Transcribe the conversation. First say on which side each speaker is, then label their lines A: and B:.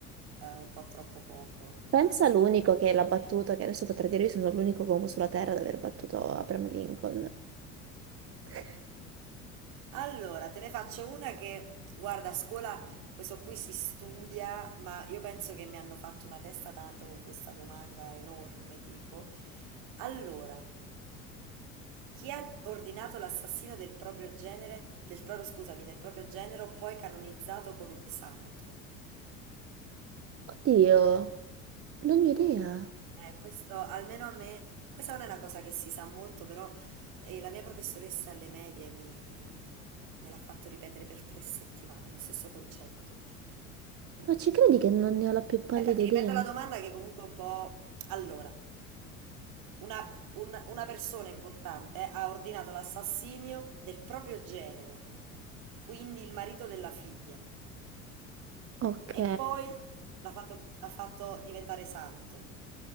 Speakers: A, on the right; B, on the right.
A: eh, un po' troppo poco, dai.
B: Pensa l'unico che l'ha battuto, che adesso potrei dire io sono l'unico uomo sulla Terra ad aver battuto Abraham Lincoln. <laughs>
A: Allora, te ne faccio una che, guarda, a scuola questo qui si studia, ma io penso che mi hanno fatto una testa tanto con questa domanda enorme, tipo, allora, chi ha ordinato l'assassino del proprio genere, del proprio, scusami, del proprio genero, poi canonizzato come santo?
B: Oddio, non ne ho idea.
A: Eh, questo almeno a me, questa non è una cosa che si sa molto, però eh, la mia professoressa alle medie mi, me l'ha fatto ripetere per tre settimane, lo stesso concetto.
B: Ma ci credi che non ne ho la più pallida
A: Aspetta, ti
B: idea?
A: ripeto la domanda che comunque è un po'... Allora, una, un- una persona importante eh, ha ordinato l'assassinio del proprio genero, quindi il marito della figlia,
B: Ok.
A: e poi l'ha fatto, l'ha fatto diventare santo.